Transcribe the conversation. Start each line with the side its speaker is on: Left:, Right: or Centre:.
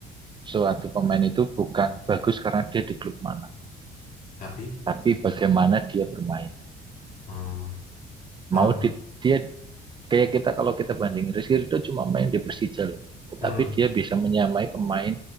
Right: suatu pemain itu bukan bagus karena dia di klub mana,
Left: tapi
Right: tapi bagaimana dia bermain.
Left: hmm, kalau
Right: Mau di, dia kayak kita kalau kita bandingin Rizky Ridho cuma main di Persija loh, tetapi
Left: hmm,
Right: dia bisa menyamai pemain